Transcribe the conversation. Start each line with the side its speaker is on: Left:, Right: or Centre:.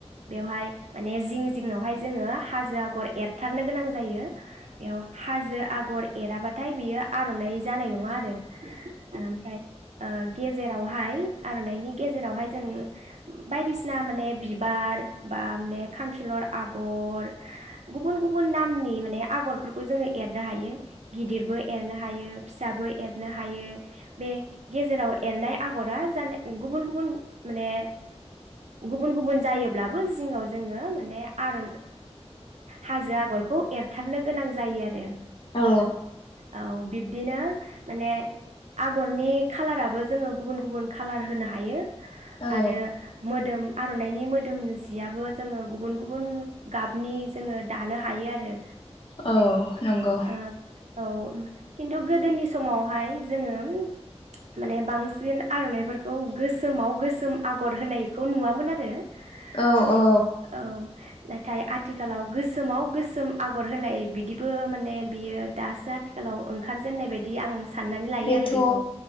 Right: बेवहाय माने जिं जिंङआवहाय जोङो हाजो आगर एरथारनो गोनां जायो। बेयाव हाजो आगर एराबा नाथाय बियो आरनाइ जानाय नङा आरो। ओमफ्राय ओ गेजेराव हाय आरननायनि गेजेरावहाय जों बायदिसिना माने बिबार बा माने खांखिलर आगर गुबुन गुबुन नामनि माने आगरफोरखौ जोङो एरनो हायो। गिदिरबो एरनो हायो फिसाबो एरनो हायो बे गेजेराव एरनाय आगरा जानो गुबुन गुबुन माने गुबुन गुबुन जायोब्लाबो जिङाव जोङो माने आरन हाजो आगरखौ एरथारनो गोनां जायो आरो।
Left: औ
Right: औ बिब बिदिनो माने आगरनि खालाराबो जोङो गुबुन गुबुन खालार होनो हायो
Left: औ
Right: आरो मोद मोदोम आरनाइनि मोदोम जियाबो जोङो गुबुन गुबुन गाबनि जोङो दानो हायो आरो
Left: औ नंगौ।
Right: ओ औ खिन्थु गोदोनि समावहाय जोङो माने बांसिन आरनाइफोरखौ गोसोमाव गोसोम आगर होनाय खौ नुवामोन आरो।
Left: औ
Right: माने
Left: औ
Right: औ नाथाय आथिखालाव गोसोमाव गोसोम आगर होनाय बिदिबो माने बियो दासो आथिखालाव ओंखारजेननाय बायदि आं साननानै लायो
Left: बेथ
Right: आरो बेखौ